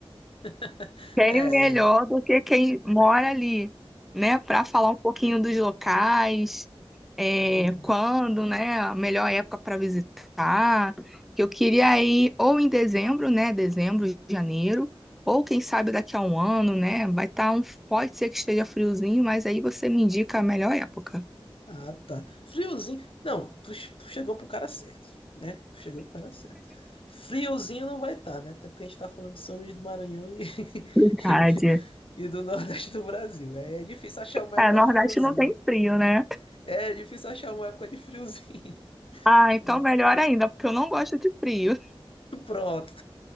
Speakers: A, on the left (about 65°); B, in the centre.
A: <laughs>
B: Quem
A: É.
B: melhor do que quem mora ali, né? Para falar um pouquinho dos locais, é,
A: hum,
B: quando, né? A melhor época para visitar. Que eu queria ir ou em dezembro, né? Dezembro, janeiro, ou quem sabe daqui a um ano, né? Vai estar um, pode ser que esteja friozinho, mas aí você me indica a melhor época.
A: Ah, tá. Friozinho. Não, tu, ch- tu chegou pro cara certo, né? Tu chegou pro cara certo. Friozinho não vai estar, né? Até porque a gente tá falando de São Luís do Maranhão e, <laughs>
B: Verdade.
A: e do Nordeste do Brasil. É, é difícil achar uma
B: É,
A: época
B: Nordeste
A: friozinho.
B: não tem frio, né?
A: É difícil achar uma época de friozinho. <laughs>
B: Ah, então
A: Hum,
B: melhor ainda, porque eu não gosto de frio.
A: Pronto.